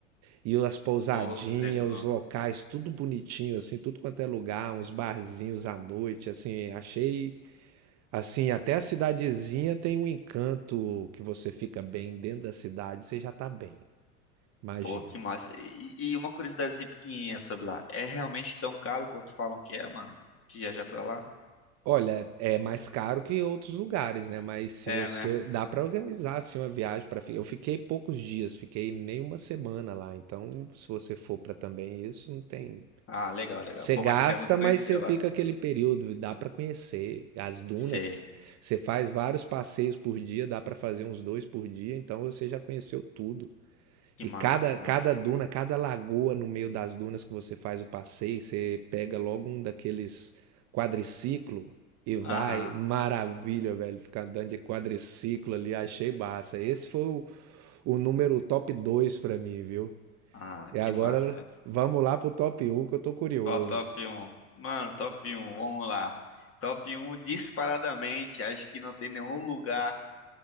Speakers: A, on the right (about 40°); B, on the left (about 30°).
A: E as pousadinhas,
B: Pô, que legal.
A: os locais, tudo bonitinho assim, tudo quanto é lugar, uns barzinhos à noite, assim, achei assim, até a cidadezinha tem um encanto que você fica bem dentro da cidade, você já tá bem. Imagina.
B: Pô, que massa. E, e uma curiosidadezinha pequenininha sobre lá. É realmente tão caro quanto falam que é, mano? Viajar pra lá?
A: Olha, é mais caro que outros lugares, né? Mas se
B: É,
A: você
B: né?
A: dá para organizar assim uma viagem para eu fiquei poucos dias, fiquei nem uma semana lá. Então, se você for para também isso, não tem.
B: Ah, legal, legal.
A: Você
B: Pô,
A: gasta,
B: mas eu quero muito conhecer
A: mas você
B: lá.
A: fica aquele período e dá para conhecer as dunas.
B: Sei.
A: Você faz vários passeios por dia, dá para fazer uns dois por dia. Então, você já conheceu tudo.
B: Que
A: E cada,
B: massa, que
A: cada
B: massa.
A: duna, cada lagoa no meio das dunas que você faz o passeio, você pega logo um daqueles quadriciclo e vai.
B: Aham.
A: Maravilha, velho. Ficar andando de quadriciclo ali, achei massa. Esse foi o, o número top 2 pra mim, viu?
B: Ah,
A: E agora
B: que massa, velho.
A: vamos lá pro top um que eu tô curioso.
B: Qual o top um, Mano, top um, vamos lá. Top um disparadamente, acho que não tem nenhum lugar